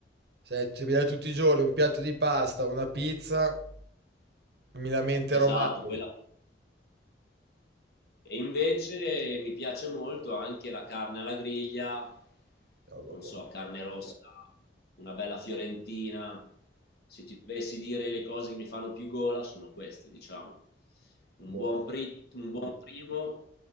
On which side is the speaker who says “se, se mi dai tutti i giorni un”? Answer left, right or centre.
Right